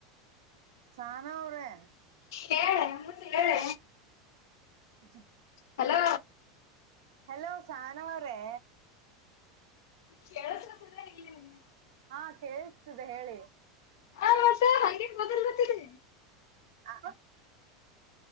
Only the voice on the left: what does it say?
ಹೇಳೇ ಮುಂದೆ ಹೇಳೇ
ಹಲೋ
ಕೇಳಿಸುತ್ತದೆಏನಿಲ್ ನಿನಗೆ
ಆ
ಮತ್ತ ಹಂಗೆ ಮೊದಲ್ ಗೊತ್ತಿದೆ